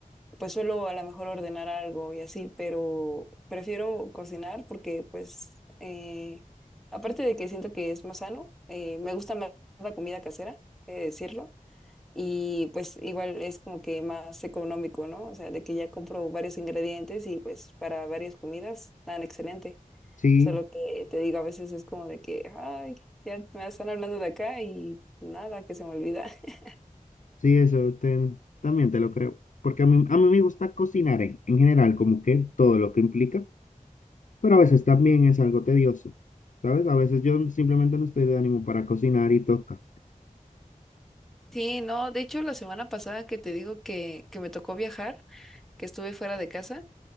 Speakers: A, in the centre; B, on the left.
A: pues suelo a lo mejor ordenar algo y así, pero prefiero cocinar porque pues eh, aparte de que siento que es más sano, eh, me gusta más la comida casera, he de decirlo, y pues igual es como que más económico, ¿no? O sea, de que ya compro varios ingredientes y pues para varias comidas tan excelente.
B: Sí,
A: Solo que te digo, a veces es como de que, ay, ya me están hablando de acá y nada, que se me olvida. <laughs>
B: sí, eso te- también te lo creo. Porque a mí, a mí me gusta cocinar en, en general, como que todo lo que implica, pero a veces también es algo tedioso, ¿sabes? A veces yo simplemente no estoy de ánimo para cocinar y toca.
A: Sí, no, de hecho la semana pasada que te digo que, que me tocó viajar, que estuve fuera de casa,